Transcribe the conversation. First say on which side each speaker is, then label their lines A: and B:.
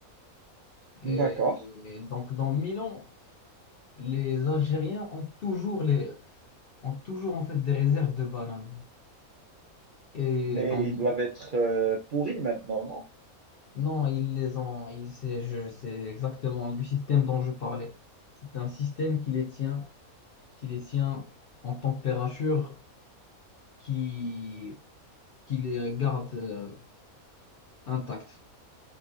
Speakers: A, on the left (about 60°); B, on the right (about 75°).
A: Et,
B: D'accord.
A: et donc, dans Milan, les Algériens ont toujours, les, ont toujours en fait, des réserves de bananes. Et
B: Mais
A: dans Mi-
B: ils doivent être euh, pourris maintenant, non?
A: Non, ils les ont. Ils, c'est, je, c'est exactement du système dont je parlais. C'est un système qui les tient, qui les tient en température, qui, qui les garde euh, intacts.